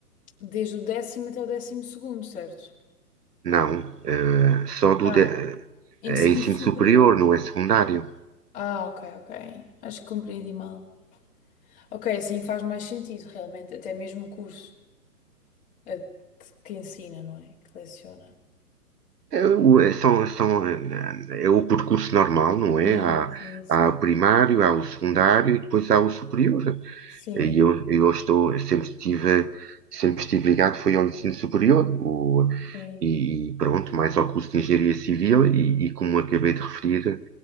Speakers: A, on the left (about 15°); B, on the right (about 80°).
A: desde o décimo até o décimo segundo, certo?
B: não, eh, só do
A: Ah,
B: de- eh,
A: ensino
B: é ensino
A: superior.
B: superior, não é secundário.
A: Ah, ok, ok. Acho que compreendi mal. Ok, assim faz mais sentido, realmente, até mesmo o curso eh, que, que ensina, não é? Que leciona.
B: É, o- é, são, são, eh, é é o percurso normal, não é?
A: Sim,
B: Há,
A: sim, sim.
B: há o primário, há o secundário e depois há o superior.
A: Sim,
B: E eu, eu estou, eu sempre estive, sempre estive ligado, foi ao ensino superior. O,
A: sim.
B: e, e pronto, mais ao curso de Engenharia Civil e, e como acabei de referir